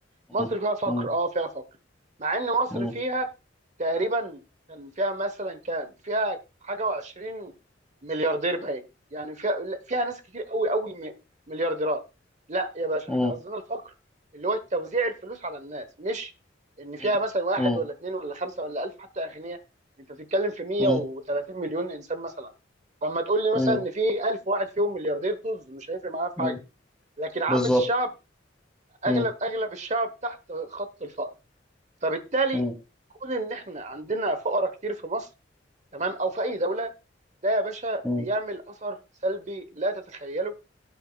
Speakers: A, in the centre; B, on the right.
A: مم،
B: مصر فيها فقر
A: مم،
B: اه فيها فقر مع ان مصر
A: مم،
B: فيها تقريبا كان فيها مثلا كام فيها حاجه و20 ملياردير باين يعني فيها لا، فيها ناس كتير قوي قوي م- مليارديرات لا يا باشا
A: مم،
B: احنا قصدنا الفقر اللي هو توزيع الفلوس على الناس مش ان فيها
A: مم،
B: مثلا واحد
A: مم،
B: ولا اتنين ولا خمسه ولا الف حتى اغنياء انت بتتكلم في 130
A: مم، مم،
B: مليون انسان مثلا فلما تقول لي مثلا
A: مم،
B: ان في 1000 واحد فيهم ملياردير طز مش هيفرق معايا في
A: مم.
B: حاجه لكن عامه
A: بالظبط
B: الشعب اغلب
A: مم،
B: اغلب الشعب تحت خط الفقر فبالتالي
A: مم،
B: كون ان احنا عندنا فقراء كتير في مصر تمام او في اي دوله ده يا باشا بيعمل
A: مم،
B: اثر سلبي لا تتخيله